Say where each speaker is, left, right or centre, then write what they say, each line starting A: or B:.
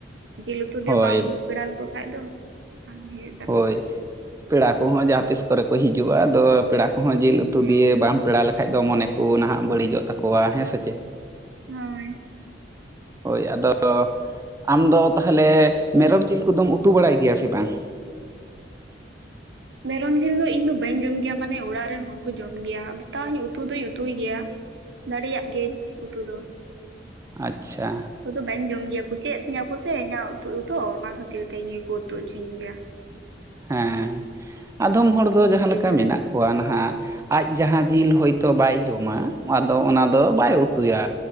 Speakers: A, on the right; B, on the right.
A: ᱡᱤᱞ ᱩᱛᱩ ᱫᱚ
B: ᱦᱳᱭ
A: ᱵᱟᱢ ᱯᱮᱲᱟ ᱞᱮ ᱠᱚ ᱠᱷᱟᱡ ᱫᱚ ᱵᱟᱝ ᱦᱩᱭᱩᱜ ᱠᱟᱱᱟ
B: ᱦᱳᱭ ᱯᱮᱲᱟ ᱠᱚ ᱦᱚᱸ ᱡᱟᱦᱟᱸ ᱛᱤᱥ ᱠᱚ ᱨᱮ ᱠᱚ ᱦᱤᱡᱩ-ᱜᱟ ᱟᱫᱚ ᱯᱮᱲᱟ ᱠᱚ ᱦᱚᱸ ᱡᱤᱞ ᱩᱛᱩ
A: ᱦᱩᱸ
B: ᱫᱤᱭᱮ ᱵᱟᱢ ᱯᱮᱲᱟ ᱞᱮᱠᱷᱟᱡ ᱫᱚ ᱢᱚᱱᱮ ᱠᱚ ᱱᱟᱦᱟᱜ ᱵᱟᱹᱲᱤ ᱡᱚᱜ ᱛᱟᱠᱚᱣᱟ ᱦᱮᱸ ᱥᱮ ᱪᱮᱫ?
A: ᱦᱳᱭ᱾
B: ᱦᱳᱭ ᱟᱫᱚ ᱟᱢᱫᱚ ᱛᱟᱦᱚᱞᱮ ᱢᱮᱨᱚᱢ ᱡᱤᱞ ᱠᱚ ᱫᱚᱢ ᱩᱛᱩ ᱵᱟᱲᱟᱭ ᱜᱮᱭᱟ ᱥᱮ ᱵᱟᱝ?
A: ᱢᱮᱨᱚᱢ ᱡᱤᱞ ᱫᱚ ᱤᱧ ᱫᱚ ᱵᱟᱹᱧ ᱡᱚᱢ ᱜᱮᱭᱟ ᱢᱟᱱᱮ ᱚᱲᱟᱜ ᱨᱮᱱ ᱦᱚᱲ ᱠᱚ ᱡᱚᱢ ᱜᱮᱭᱟ ᱟᱫᱚ ᱛᱟᱣᱦᱩᱧ ᱩᱛᱩ ᱫᱚᱧ ᱩᱛᱩᱭ ᱜᱮᱭᱟ᱾ ᱫᱟᱲᱮ ᱭᱟᱜ ᱜᱤᱭᱟᱹᱧ ᱩᱛᱩ ᱫᱚ᱾
B: ᱟᱪᱷᱟ᱾
A: ᱩᱛᱩ ᱫᱚ ᱵᱟᱹᱧ ᱡᱚᱢ ᱜᱮᱭᱟ ᱠᱩᱥᱤ ᱭᱟᱜ ᱛᱤᱧᱟᱹ ᱠᱚ ᱥᱮ ᱤᱧᱟᱹᱜ ᱩᱛᱩ ᱫᱚ ᱚᱱᱟ ᱠᱷᱟᱹᱛᱤᱨ ᱛᱮ ᱤᱧ ᱜᱮ ᱠᱚ ᱩᱛᱩ ᱦᱚᱪᱚᱧ ᱜᱮᱭᱟ᱾
B: ᱦᱮᱸ ᱟᱫᱚᱢ ᱦᱚᱲ ᱫᱚ ᱡᱟᱦᱟᱸ
A: ᱤᱧ ᱜᱮ
B: ᱞᱮᱠᱟ
A: ᱵᱚᱞᱮ
B: ᱢᱮᱱᱟᱜ
A: ᱦᱮᱸ
B: ᱠᱚᱣᱟ ᱱᱟᱦᱟᱜ᱾ ᱟᱡ ᱡᱟᱦᱟᱸ ᱡᱤᱞ ᱦᱚᱭ ᱛᱳ ᱵᱟᱭ ᱡᱚᱢᱟ ᱟᱫᱚ ᱚᱱᱟ ᱫᱚ ᱵᱟᱭ ᱩᱛᱩᱭᱟ᱾